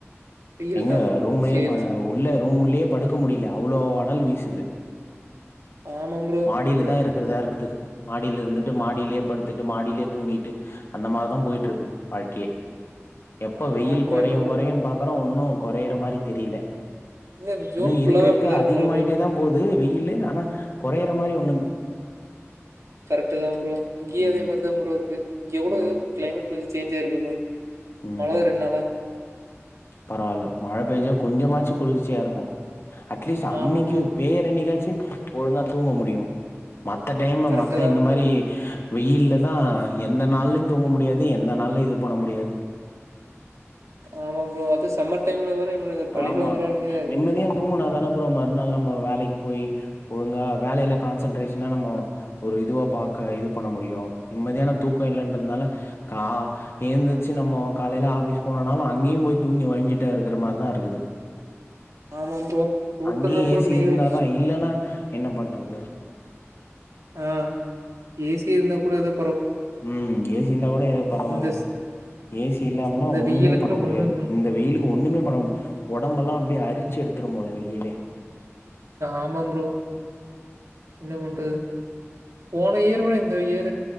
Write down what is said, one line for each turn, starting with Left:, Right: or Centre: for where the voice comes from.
Right: வெயில்
Left: எங்க
Right: தான்
Left: ரூம்லே
Right: சேரி
Left: ப
Right: சே
Left: உள்ள ரூம் உள்யே படுக்க முடில அவ்ளோ அனல் வீசுது
Right: ஆமா ப்ரோ
Left: மாடிலதா
Right: இப்ப
Left: இருக்குருதா இருக்குது மாடில் இருந்துட்டு மாடில்யே படுத்துட்டு மா லில்லே தூங்கிட்டு அந்த மார்தா போயிட்ருக்கு வாழ்க்கியே எப்ப வெய்யில்
Right: ஆமா ப்ரோ
Left: கொறையு
Right: என்ன ப்ரோ
Left: கொறையுன்
Right: பண்ண
Left: பாக்குற ஒன்னு கொறையற மாரி தெரியில
Right: இல்ல இந்த ஜூன்
Left: இனி
Right: ஃபுல்லாவே
Left: இருக்க இருக்க
Right: அப்டிதான் இருக்கும்
Left: அதிகமாயிட்டே
Right: போல ப்ரோ
Left: தா போது வெய் இல்லேன் அனா கொறையற மாரி ஒ
Right: கரெட்டுதாம் ப்ரோ இங்கேயு
Left: ம்
Right: அதே மாருதா ப்ரோ இருக்கு இங்க கூட
Left: ம்
Right: எதோ க்ளைமேட் கொஞ்ச சேஞ்சா இருக்கு ப்ரோ
Left: ம்
Right: மழ வர்ரன்னாளா
Left: பரவால்ல மழ பேஞ்சா கொஞ்சமாச்சு
Right: ஆ
Left: குளிர்ச்சியாருக்கூ அட்லீஸ்ட் அன்னைக்கு
Right: ஆமா ப்ரோ
Left: பேய்ரன்னைக்காச்சு ஒழுங்கா தூங்க முடியு மத்த டைம்
Right: கரெக்ட்டு
Left: மத்த
Right: தா
Left: இந்த
Right: ப்ரோ
Left: மாதிரி வெயில்ல தான் எந்த நாள்லயும் தூங்க முடியாது எந்த நாள்லயும் இது பண்ண முடியாது
Right: ஆமா ப்ரோ அது சம்மர் டைம்ல வேற இவனுங்க பழி
Left: ஆமா
Right: வாங்குறானுங்க
Left: நிம்மதியா தூங்குணாதான ப்ரோ மறுநாள் நம்ம வேலைக்கு போய் ஒழுங்க வேலையில கான்சென்ட்ரேஷனா நம்ம ஒரு இதுவா பாக் க இது பண்ண முடியும் நிம்மதியான தூக்கம் இல்லைன்றதுனால கா ஏழுந்தச்சு நம்ம காலையில ஆபிஸ் போனனாலும் அங்கேயும் போயி துங் தூங்கி வழிஞ்சுிட்டே இருக்கிற மாதிரி தான் இருக்குது
Right: ஆமா ப்ரோ தூக்கந்தா
Left: அங்கேயும்
Right: ப்ரோ
Left: ஏசி
Right: மெயினு
Left: இருந்தாதான் இல்லைன்னா என்ன பண்றது
Right: ஆஹ் ஏசி இருந்த கூட ஏதோ
Left: உம் ஏசி இருந்தா கூட ஏதோ பரவாயில்ல
Right: இந்த ஸ்-
Left: ஏசி இல்லாமலாம்
Right: இந்த
Left: ஒண்ணுமே
Right: வெயிலுக்குள்ள
Left: பண்ண முடியாது
Right: ஒண்ணுமே
Left: இந்த வெயிலுக்கு ஒண்ணுமே பண்ண முடியா உடம்பெல்லாம் அப்படியே அரிச்சு எடுத்துரும் போல வெயிலே
Right: ஆமாம்ப்ரோ என்ன பண்றது போன இயர்விட இந்த இயர்